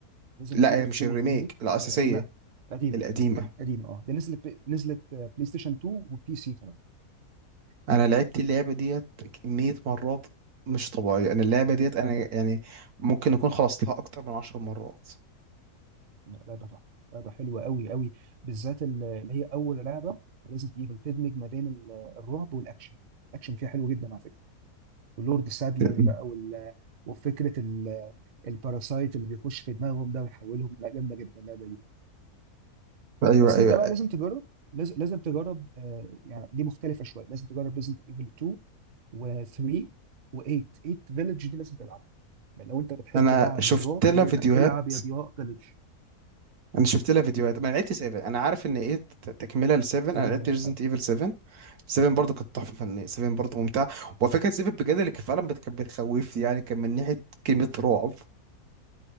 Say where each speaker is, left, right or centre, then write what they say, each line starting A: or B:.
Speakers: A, on the right; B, on the right.
A: ريزنت
B: لا
A: ايفل
B: هي مش
A: 4
B: الريميك
A: ريميك
B: الاساسيه
A: ولا القديمه قديمه
B: القديمه
A: قديمه اه دي نزلت نزلت آه، بلاي ستيشن 2 وبي سي كمان
B: انا لعبت اللعبه ديت كميه مرات مش طبيعيه انا اللعبه ديت انا يعني ممكن اكون خلصتها اكتر من 10 مرات
A: لا، لعبه تحفه لعبه حلوه قوي قوي بالذات ال- اللي هي اول لعبه ريزنت ايفل تدمج ما بين ال- الرعب والاكشن الاكشن فيها حلو جدا على فكره ولورد سادلر
B: <laughs>
A: بقى وال... وفكره ال... الباراسايت اللي بيخش في دماغهم ده ويحولهم لا جامده جدا اللعبه دي
B: ايوه
A: بس
B: ايوه
A: انت بقى لازم تجرب لازم لازم تجرب آه يعني دي مختلفه شويه لازم تجرب ريزنت ايفل 2 و3 و8 8 فيلج دي لازم تلعبها يعني لو انت بتحب
B: انا
A: لعب
B: شفت
A: الرعب
B: لها
A: لا-
B: فيديوهات
A: لا، العب يا ضياء فيلج
B: انا شفت لها فيديوهات ما لعبت 7 انا عارف ان ايه ت- تكمله ل 7
A: 7
B: انا لعبت
A: ملهاش
B: ريزنت
A: حل
B: ايفل 7 7 برضه كانت تحفه فنيه 7 برضه ممتعه وفكره 7 بجد اللي كان فعلا بت- كانت بتخوفني يعني كان من ناحيه كلمه رعب